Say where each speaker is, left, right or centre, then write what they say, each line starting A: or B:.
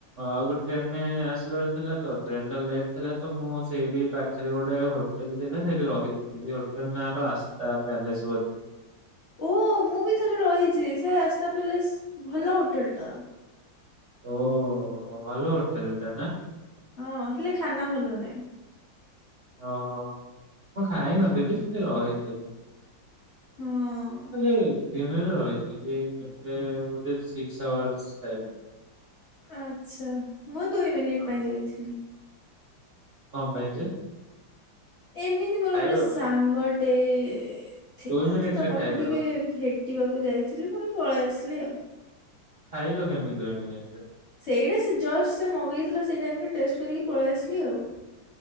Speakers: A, on the right; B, on the left.
A: ଆଉ ଗୋଟେ ଟ୍ରେନରେ ଆସିବାର ଥିଲା ତ ଟ୍ରେନ ଟା ଲେଟ ଥିଲା ତ ମୁଁ ସେଇଠି ପାଖରେ ଗୋଟେ ହୋଟେଲ ଥିଲା ସେ ରହିଥିଲି ହୋଟେଲ ନାଁ ର ରାସ୍ତା ପ୍ୟାଲେସ ବୋଧେ
B: ଓ ମୁଁ ବି ଥରେ ରହିଛି ସେ ରାସ୍ତା ପଲେସ୍ ଭଲ ହୋଟେଲ ଟା,
A: ଓ ଭଲ ହୋଟେଲ୍ ଟେ ନା।
B: ହଁ ହେଲେ ଖାନା ଭଲ ନାଇଁ।
A: ଓହୋ ମୁଁ ଖାଇନଥିଲି ସେଟି ରହିଥିଲି।
B: ହଁ
A: <unintelligible> ଦିନରେ ରହିଥିଲି କେତେ ବୋଧେ ସିକ୍ସ ଆୱାର୍ସ ଟାଇ
B: ଆଛା ମୁଁ ଦୁଇ ମିନିଟ୍
A: ହଁ
B: ପାଇଁ ଯାଇଥିଲି।
A: କଣ ପାଇଁ ଯେ
B: ଏମିତି ମୋର
A: ଖାଇବା
B: ଗୋଟେ ସାଙ୍ଗ
A: ପାଇଁ
B: ଟେ ଏ ଥିଲା
A: ଦୁଇ ମିନିଟରେ
B: ତ ତା ପାଖକୁ
A: ଖାଇଦେଲ।
B: ଟିକେ ଭେଟିବାକୁ ଯାଇଥିଲି ପୁଣି ପଳେଇ ଆସିଲି ଆଉ।
A: ଖାଇଲ କେମିତି ଦୁଇ ମିନିଟିରେ।
B: ସେଇଟା ସେ ଯଷ୍ଟ ସେ ମଗେଇଥିଲା ସୋଇ ଟାଇମ୍ ରେ ଟେଷ୍ଟେ କରିକି ପଳେଇ ଆସିଲି ଆଉ।